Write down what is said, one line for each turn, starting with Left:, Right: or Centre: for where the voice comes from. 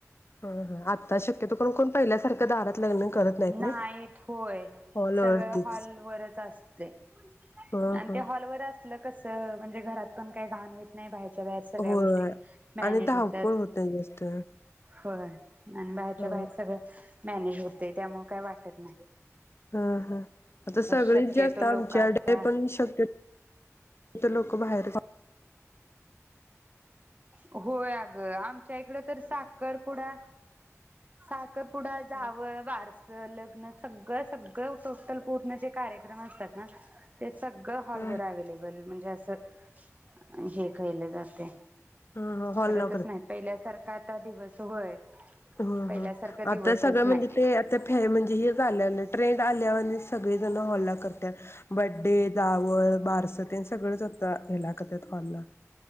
Left: ह हा आत्ता शक्यतो करून, कोण पहिल्यासारखं दारात लग्न करत
Right: नाहीत
Left: नाही
Right: होय
Left: हॉलवरतीच
Right: सगळ हॉलवरच असतय
Left: ह
Right: आणि
Left: ह
Right: ते हॉलवर असल कस म्हणजे घरात पण काय घाण होईत नाय बाहेर सगळ्या
Left: होय
Right: गोष्टी मॅनेज
Left: आणि धावपळ
Right: होतात
Left: होतेय जास्त
Right: होय आणि बाहेरच्या
Left: ह
Right: बाहेर सगळं मॅनेज होतय त्यामुळ काय वाटत नाय.
Left: हा हा आता सगळे
Right: शक्यतो
Left: जास्त आमच्या
Right: लोक आता
Left: <unintelligible> कडे पण शक्य <unintelligible> लोक बाहेर
Right: होय अगं आमच्या इकडं तर साखरपुडा साखरपुडा
Left: <unintelligible>
Right: जावळ, बारस लग्न सगळ सगळ टोटलं पूर्ण जे कार्यक्रम असतात ना ते सगळं हॉलवर
Left: ह
Right: अव्हेलेबल म्हणजे असं अ हे खयल जातय
Left: ह हॉलला
Right: करतच नाहीत पहिल्यासार का आता दिवस होय.
Left: होय
Right: पहिल्यासारखं
Left: होय
Right: दिवसच
Left: आता सगळं
Right: नाहीत
Left: म्हणजे ते आता फे म्हणजे हे झाल्याल ट्रेन ते आल्यावर सगळे जण हॉलला कर बडे, जावळ, बारस, तेन सगळंच आता हेला करतात हॉलला